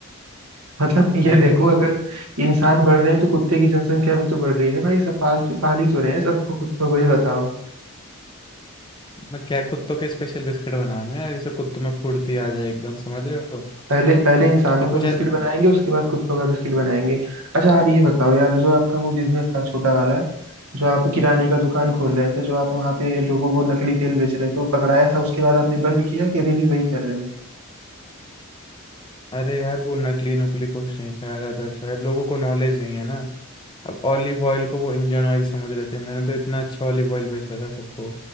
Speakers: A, on the right; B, on the left.
A: <laughs> मतलब ये
B: अरे
A: देखो
B: तो
A: अगर इंसान बढ़ रहे हैं तो कुत्ते की जनसंख्या भी तो बढ़ रही है ना भाई सब पाल तो पाल ही तो रहे हैं सबको कुत्तों को ये बताओ
B: मैं क्या कुत्तों के स्पेशल बिस्किट बनाओ ना यार, जैसे कुत्तों में फुर्ती आ जाए एकदम समझ रहे हो
A: पहले पहले इंसानों
B: ये कुछ
A: का बिस्किट
B: ऐ-
A: बनाएंगे उसके बाद कुत्तों का बिस्किट बनाएंगे अच्छा आप ये बताओ यार जो आपका वो बिजनेस था छोटा वाला जो आप किराने का दुकान खोल रहे थे जो आप वहां पे लोगों को नकली तेल बेच रहे थे वो पकड़ाया था उसके बाद आपने बंद किया कि अभी भी वही कर रहे हो
B: अरे यार वो नकली नुकली कुछ नहीं था यार अदर्स अब लोगों को नॉलेज नहीं है ना अब ऑलिव ऑयल को वो इंजन ऑयल समझ रहे थे मैंने तो इतना अच्छा ऑलिव ऑयल बेच रहा था सबको